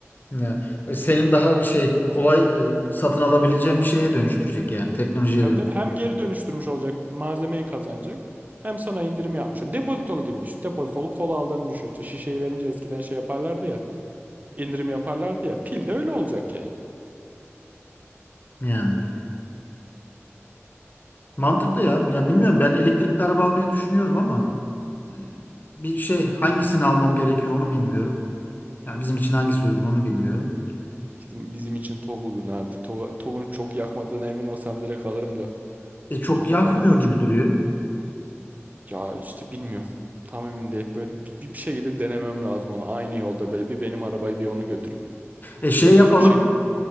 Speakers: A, on the left (about 40°); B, on the right (about 35°).
A: Ya, e, senin daha şey kolay e, satın alabileceğin bir şeye dönüştürecek yani teknolojiye
B: E, tabii
A: dön.
B: tabii hem geri dönüştürmüş olacak malzemeyi kazanacak. Hem sana indirim yapmış. olacak. Depozitolu gibi düşün. Depozitolu kola aldığını düşün. İşte şişeyi verince eskiden şey yaparlardı ya. İndirim yaparlardı ya. Pil de öyle olacak yani.
A: Yani mantıklı ya. Ya bilmiyorum ben elektrikli araba almayı düşünüyorum ama e, bir şey hangisini almam gerekiyor onu bilmiyorum. Yani bizim için hangisi uygun onu bilmiyorum.
B: Bizim bizim için çok uygun abi. To Togg'un çok yakmadığına emin olsam direkt alırım da.
A: E çok
B: Tok'tan
A: yakmıyor
B: çok
A: gibi duruyor.
B: ya işte bilmiyorum. Tam emin değilim. Böyle bir, bir bir şekilde denemem lazım onu. Aynı yolda böyle bir benim arabayı bir onu götürüp
A: E şey yapalım.
B: o şey.